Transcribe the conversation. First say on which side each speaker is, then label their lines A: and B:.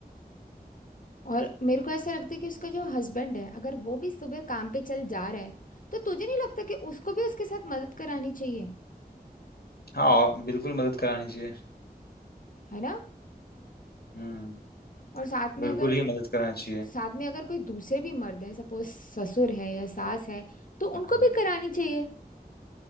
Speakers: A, on the left; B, on the left.
A: और मेरे को ऐसा लगता है कि उसका जो हस्बैंड है अगर वो भी सुबह काम पे चल जा रहा है तो तुझे नहीं लगता कि उसको भी उसके साथ मदद करानी चाहिए
B: हाँ और बिल्कुल मदद करानी चाहिए
A: है ना
B: हम्म
A: और साथ में
B: बिल्कुल
A: अगर
B: ही मदद करानी चाहिए
A: साथ में अगर कोई दूसरे भी मर्द हैं सपोज ससुर है या सास है तो
B: हम्म
A: उनको भी करानी चाहिए